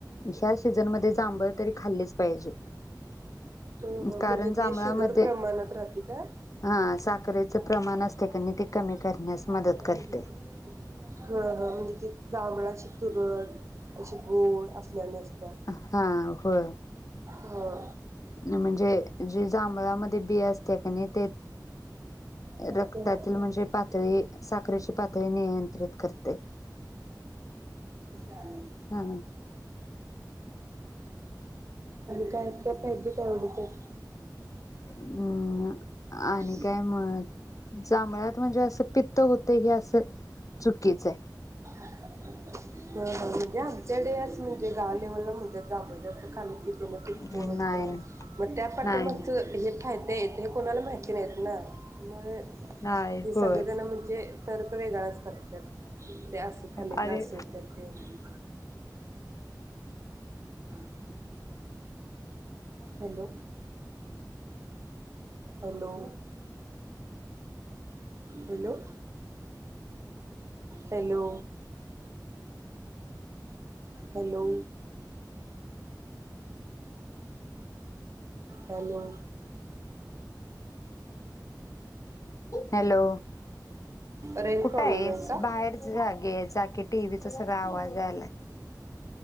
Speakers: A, on the left; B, on the right.
A: ह्या सीझनमध्ये जांभळ तरी खाल्लीच पाहिजे.
B: हो-हो म्हणजे
A: कारण जांभळामध्ये
B: ते शुगर प्रमाणात राहते काय?
A: हा साखरेचं
B: <unintelligible>
A: प्रमाण असते कणी ते कमी करण्यास मदत करते.
B: होय-होय जांभळ अशी तुरट अशी गोड असल्या ज्ञानेश स्टार
A: हा होय
B: हो.
A: म्हणजे, जे जांभळामध्ये बी असते कनी ते
B: ह.
A: रक्तातील म्हणजे, पातळी साखरेची पातळी नियंत्रित करते.
B: <unintelligible> <inaudible> आणि
A: हा
B: काय काय पाहिजे तेवढच
A: हम्म आणि
B: <unintelligible>
A: काय मग जांभळात म्हणजे, असं पित्त होत हे असं चुकीच आहे.
B: <inaudible> <unintelligible> म्हणजे, गालेवला म्हणतात जांभळा जास्त खाल्ली की तेन पित्त होतं.
A: नाही नाही
B: त्या पाठीमागचं
A: नाही
B: हे फायद्ये हे, कोणाला माहिती नाही ना मुळे
A: नाही
B: ते सगळेजण
A: होय.
B: म्हणजे तर्क वेगळाच करतात. त्या असं खाल्ले
A: अरे
B: की असं होत्यात ते. <unintelligible> Hello hello hello hello. Hello. Hello.
A: Hello,
B: range
A: कुठे
B: प्रॉब्लेम
A: आहेस
B: आहे का?
A: बाहेर जागे जागे टीव्हीचा सगळा आवाज राहिलाय.